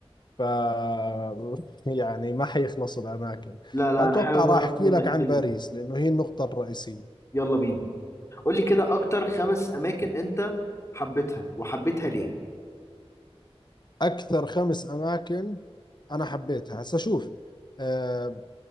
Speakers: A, on the left; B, on the left.
A: ف <laughs> يعني ما حيخلص الأماكن
B: لا لا
A: فأتوقع
B: انا حابب
A: راح
B: اعرف
A: أحكي
B: منك
A: لك عن
B: كده
A: باريس لأنه هي النقطة الرئيسية
B: يلا بينا قول لي كده اكتر خمس اماكن انت حبيتها وحبيتها ليه
A: أكثر خمس أماكن أنا حبيتها هسا شوف آه،